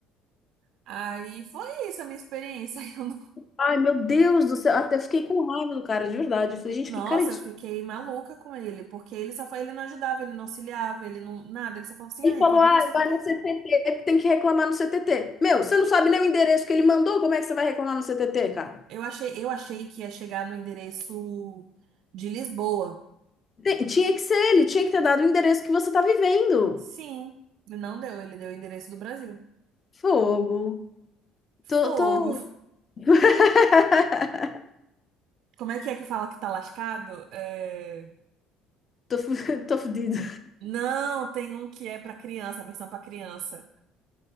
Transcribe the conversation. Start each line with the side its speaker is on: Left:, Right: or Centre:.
Right: Aí foi isso a minha experiência. <laughs> Eu não-
Left: Ai, meu Deus do céu, até fiquei com raiva do cara, de verdade. Eu falei, gente,
Right: Nossa,
Left: que cara
Right: eu fiquei maluca com ele, porque ele só fa- ele não ajudava, ele não auxiliava, ele não nada, ele só falava assim:
Left: Ele
Right: "Ah, reclama
Left: falou, ah,
Right: com o CTT".
Left: vai no CTT, é que tem que reclamar no CTT. Meu, você não sabe nem o endereço que ele mandou, como é que você vai reclamar no CTT, cara?
Right: Eu achei, eu achei que ia chegar no endereço de Lisboa.
Left: Tem- tinha que ser ele, tinha que ter dado o endereço que você tá vivendo.
Right: Sim, não deu, ele deu o endereço do Brasil.
Left: Fogo. Tô,
Right: Fogo.
Left: tô, <laughs>
Right: Como é que é que fala que tá lascado? É,
Left: tô, fu- <laughs> tô fudido.
Right: Não, tem um que é pra criança, a versão pra criança.